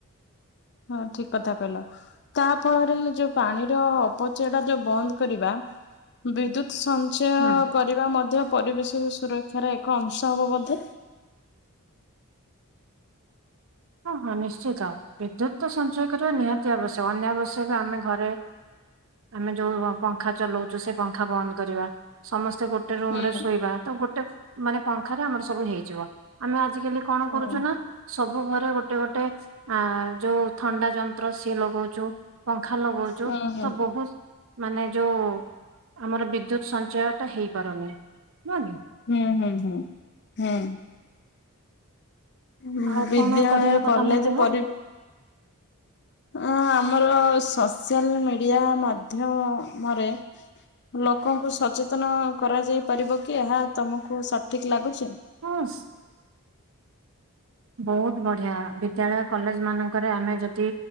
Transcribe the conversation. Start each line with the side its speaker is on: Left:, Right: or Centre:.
Left: ହଁ ଠିକ କଥା କହିଲ- ତା ଫଳରେ ଯୋଉ ପାଣିର ଅପଚୟ ଟା ଯୋଉ ବନ୍ଦ କରିବା ବିଦ୍ୟୁତ ସଞ୍ଚୟ
Right: ହୁଁ।
Left: କରିବା ମଧ୍ୟ ପରିବେଶ ସୁରକ୍ଷାର ଏକ ଅଂଶ ହବ ବୋଧେ।
Right: ହଁ ହଁ ନିଶ୍ଚିତ ବିଦ୍ୟୁତ ସଞ୍ଚୟ କରିବା ନିହାତି ଆବଶ୍ୟକ ଅନ୍ୟ ଆବଶ୍ୟକ ଆମେ ଘରେ ଆମେ ଯୋଉ ପଙ୍ଖା ଚଲଉଛୁ, ସେ ପଙ୍ଖା ବନ୍ଦ କରିବା। ସମସ୍ତେ ଗୋଟେ ରୁମ
Left: ହୁଁ
Right: ରେ ଶୋଇବା ତ, ଗୋଟେ ମାନେ ପଙ୍ଖାରେ ଆମର ସବୁ ହେଇଯିବ ଆମେ ଆଜି କାଲି କଣ
Left: ହୁଁ
Right: କରୁଛୁ ନା ସବୁ ଘରେ ଗୋଟେ ଗୋଟେ ଆ ଯୋଉ ଥଣ୍ଡା ଯନ୍ତ୍ର ସିଏ ଲଗଉଛ ଜଉ ପଙ୍ଖା ଲଗଉଛୁ
Left: ହୁଁ ହୁଁ
Right: ତ ବହୁତ ମାନେ ଯୋଉ ଆମର ବିଦ୍ୟୁତ ସଞ୍ଚୟ ଟା ହେଇପାରୁନି ନୁହ କି?
Left: ହୁଁ ହୁଁ ହୁଁ ହୁଁ ହୁଁ
Right: ଆଉ
Left: ବିଦ୍ୟାଳୟ
Right: କଣ କରିହବ
Left: କଲେଜ
Right: ତମେ କୁହ
Left: ପରିବ ହଁ ଆମର ସୋସିଆଲ ମିଡିଆ ମାଧ୍ୟରେ ଲୋକଙ୍କୁ ସଚେତନ କରାଯାଇ ପାରିବ କି ଏହା ତମକୁ ସଠିକ ଲାଗୁଛି?
Right: ହସ୍। ବହୁତ ବଢିଆ, ବିଦ୍ୟାଳୟ କଲେଜ ମାନଙ୍କରେ ଆମେ ଯଦି